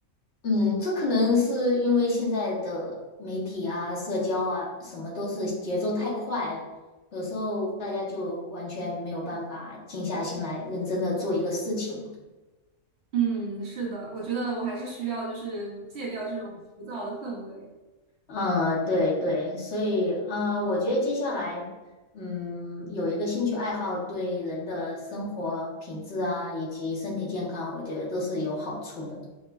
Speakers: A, on the left; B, on the right.
A: 嗯，这可能是因为现在的媒体啊、社交啊，什么都是节奏太快了，有时候大家就完全没有办法静下心来认真的做一个事情。
B: 嗯，是的，我觉得我还是需要就是戒掉这种浮躁的氛围。
A: 嗯，对对，所以啊，我觉得接下来，嗯，有一个兴趣爱好对人的生活品质啊，以及身体健康，我觉得都是有好处的。